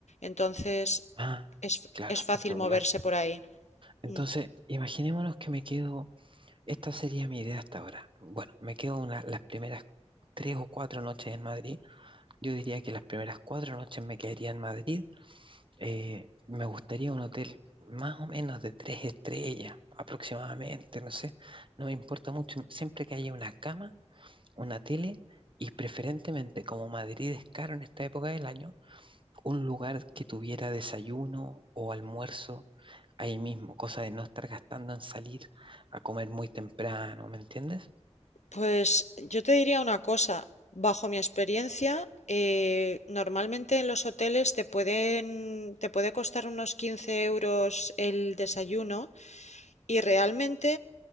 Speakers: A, on the left (about 80°); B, on the right (about 45°).
A: entonces
B: Ah,
A: es,
B: claro,
A: es
B: espectacular.
A: fácil moverse por ahí.
B: Entonces,
A: Mm.
B: imaginémonos que me quedo, esta sería mi idea hasta ahora. Bueno, me quedo una, las primeras tres o cuatro noches en Madrid. Yo diría que las primeras cuatro noches me quedaría en Madrid Eh, me gustaría un hotel más o menos de tres estrellas, aproximadamente, no sé. No me importa mucho. Siempre que haya una cama, una tele y preferentemente, como Madrid es caro en esta época del año, un lugar que tuviera desayuno o almuerzo ahí mismo, cosa de no estar gastando en salir a comer muy temprano, ¿me entiendes?
A: Pues yo te diría una cosa, bajo mi experiencia, eh, normalmente en los hoteles te pueden, te puede costar unos 15 euros el desayuno Y realmente